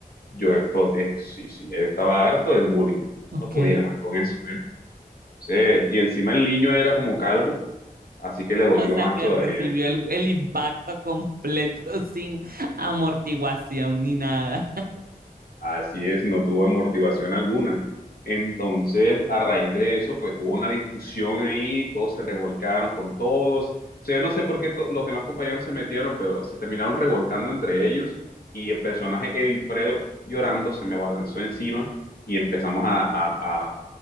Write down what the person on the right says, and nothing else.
Ok.
O sea,
que
recibió el, el impacto completo <laughs> sin amortiguación ni nada.